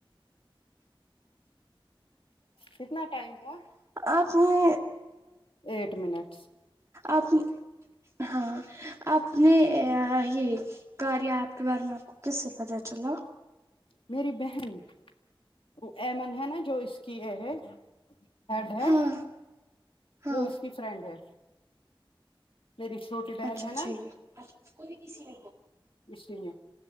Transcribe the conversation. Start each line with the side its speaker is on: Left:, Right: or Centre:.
Left: کتنا ٹائم ہوا
Right: آپ نے
Left: ایٹ منٹس
Right: آپ ہاں اپنے یہ کار یا ایپ کے بارے میں آپ کو کس سے پتہ چلا
Left: میری بہن وہ ایمن ہے نا جو اس کی یہ ہے ہیڈ ہے
Right: ہاں ہاں
Left: وہ اس کی فرینڈ ہے میری چھوٹی بہن
Right: اچھا
Left: ہے
Right: اچھا
Left: نا
Right: جی
Left: اس لیے